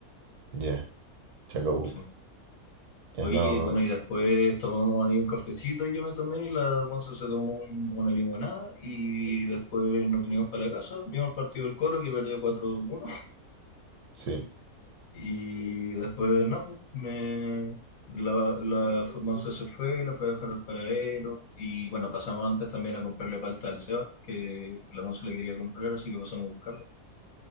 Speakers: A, on the right; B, on the left.
A: Ya, Chacabuco.
B: Sí.
A: Ya,
B: Oye,
A: no, no,
B: bueno,
A: no.
B: y después tomamos ahí un cafecito y yo me tomé, la Monza se tomó un- una limonada y después nos vinimos para la casa, vimos el partido del Colo que perdió cuatro uno
A: Sí.
B: y después, no, pues, me, la, la F- Monza se fue, la fue a dejar al paradero y bueno, pasamos antes también a comprarle palta al Seba, que la Monza le quería comprar, así que pasamos a buscarla.